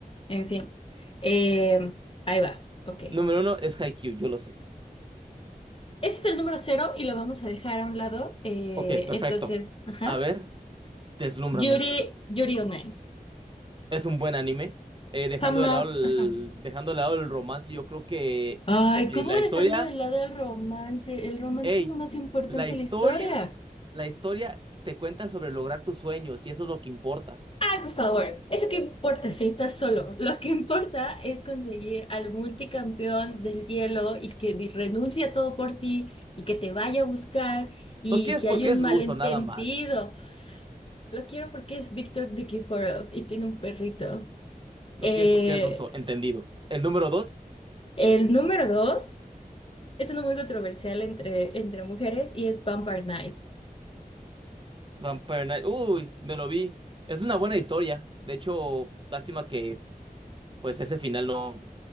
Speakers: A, on the left; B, on the right.
A: En fin. Eh, ahí va. Ok. Ese
B: Número uno es Haikyuu, yo lo sé.
A: es el número cero y lo vamos a dejar a un lado. Eh,
B: Ok, perfecto.
A: entonces, ajá.
B: A ver, deslúmbrame.
A: Yuri, Yuri on Ice.
B: Es un buen anime. Eh, dejando
A: Jamás.
B: de lado el,
A: ajá.
B: dejando de lado el romance, yo creo que
A: Ay,
B: eh,
A: ¿cómo
B: la
A: dejando
B: historia
A: de lado el romance? El romance
B: Hey,
A: es lo más importante
B: la historia,
A: de la historia.
B: la historia te cuenta sobre lograr tus sueños y eso es lo que importa.
A: Ay, por favor, ¿eso qué importa si estás solo? Lo que importa es conseguir al multicampeón del hielo y que di- renuncie a todo por ti y que te vaya a buscar y
B: Lo quieres
A: que
B: porque
A: haya un
B: es
A: malentendido.
B: ruso, nada más.
A: Lo quiero porque es Victor Nikiforov y tiene un perrito.
B: Lo
A: Eh,
B: quieres porque es ruso, entendido. El número dos,
A: el número dos es uno muy controversial entre, entre mujeres y es Vampire Knight.
B: Vampire Knight. Uy, me lo vi. Es una buena historia. De hecho, lástima que pues ese final no